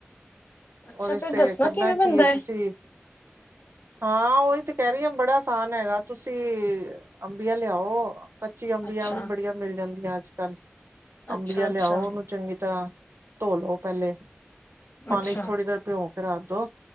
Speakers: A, on the left; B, on the right.
A: ਅੱਛਾ
B: ੳਦੇ ਚ
A: ਫੇਰ
B: ਤੇ
A: ਦੱਸਣਾ
B: ਕਰਨਾ
A: ਕਿਵੇਂ
B: ਕੀ
A: ਬਣਦਾ
B: ਏ ਤੁਸੀ
A: ਹੈ
B: ਹਾਂ ੳਈ ਤੇ ਕਹ ਰਹੀ ਹਾਂ ਬੜਾ ਅਸਾਨ ਹੈਗਾ ਤੁਸੀ ਅੰਬੀਆਂ ਲਿਆਓ, ਕੱਚੀ ਅੰਬੀਆਂ
A: ਅੱਛਾ
B: ਵੀ ਬੜੀਆਂ ਮਿਲ ਜਾਂਦੀਆਂ ਅੱਜ ਕਲ
A: ਅੱਛਾ
B: ਅੰਬੀਆਂ
A: ਅੱਛਾ
B: ਲਿਆਓ, ੳਨੂੰ ਚੰਗੀ ਤਰਾਂ ਧੋ ਲੋ ਪਹਲੇ ਪਾਨੀ
A: ਅੱਛਾ
B: ਚ ਥੋੜੀ ਦੇਰ ਭਿਂੳ ਕੇ ਰੱਖ ਦੋ